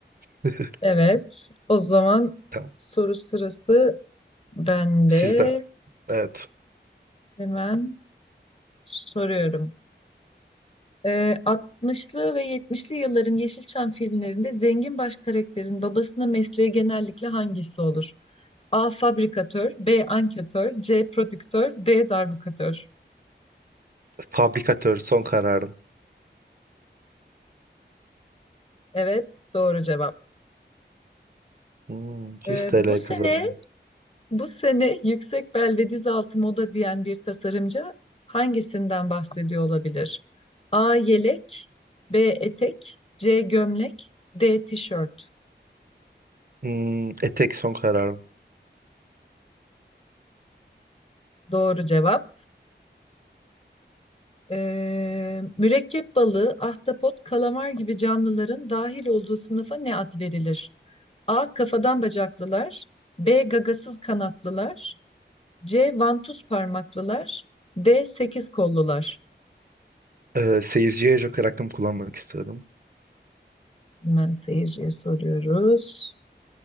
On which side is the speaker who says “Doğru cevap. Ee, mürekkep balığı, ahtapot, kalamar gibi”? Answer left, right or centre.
Left